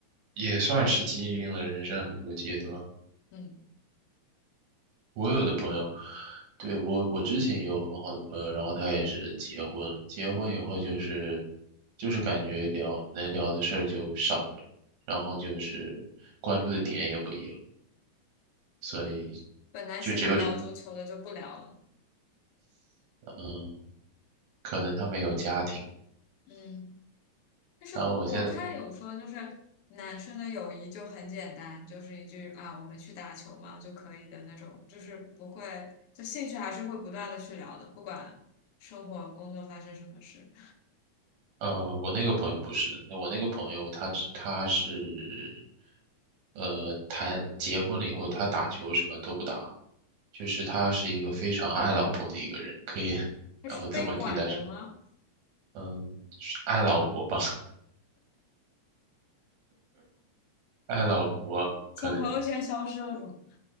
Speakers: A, on the right (about 80°); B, on the left (about 80°).
A: 也算是经历了人生很多阶段。
B: 嗯。
A: 我有的朋友，对，我我之前也有很好的朋友，然后他也是结婚了，结婚以后就是就是感觉聊能聊的事儿就少了，然后就是关注的点也不一样，所以
B: 本来喜欢聊足球的就不聊了。
A: 就只有这，嗯，可能他们有家庭。
B: 嗯，但是我看有说，
A: 然后我现在
B: 就是男生的友谊就很简单，就是一句啊，我们去打球嘛就可以的那种，就是不会，就兴趣还是会不断的去聊的，不管生活、工作发生什么事。
A: 呃，我那个朋友不是，那我那个朋友他只他是，呃，谈结婚了以后，他打球什么都不打，就是他是一个非常爱老婆的一个人，可以，<laughs>
B: 但是被管着吗？
A: 然后这么替代说，嗯，是爱老婆吧，<laughs> 爱老婆，
B: 从朋友圈消失了是吗？
A: 可能，